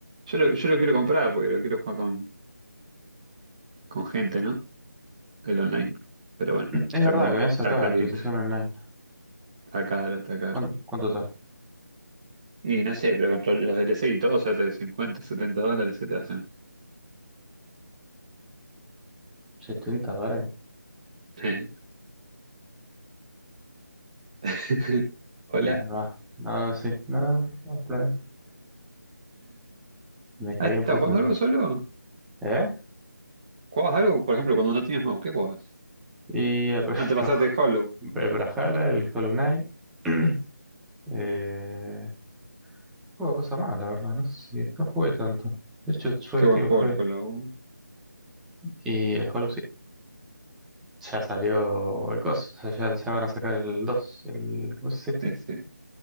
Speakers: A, on the right; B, in the centre.
A: Yo lo, yo lo quiero comprar porque lo quiero jugar con, con gente, ¿no? El online. Pero bueno,
B: Es
A: está
B: verdad
A: como,
B: que habían sacado
A: está carito,
B: la actualización online.
A: está caro, está caro.
B: ¿Cuánto, cuánto está?
A: Y no sé, pero con todos los DLC y todo se hace de 50, 70 dólares se te hacen.
B: ¿70 dólares?
A: Eh. <laughs> Hola.
B: Ahí va. No, no, sí. No, no, está bien. Me caí
A: Ah, ¿estás
B: un poco.
A: jugando
B: de-
A: algo solo?
B: ¿Eh?
A: ¿Jugabas algo? Por ejemplo, cuando no tenías mouse, ¿qué jugabas?
B: Y el <laughs> Bra-
A: Ah, te pasaste de Hollow.
B: el Brawlhalla, el Hollow Knight. <clears throat> Eh, juego cosa más, la verdad. No sé si. No jugué tanto. De hecho, fue,
A: Qué
B: tío,
A: buen juego
B: fue.
A: el Hollow.
B: Y el Hollow sí. Ya salió el coso. O sea, ya, ya van a sacar el 2 El, ¿cómo es esto?
A: Sí, sí.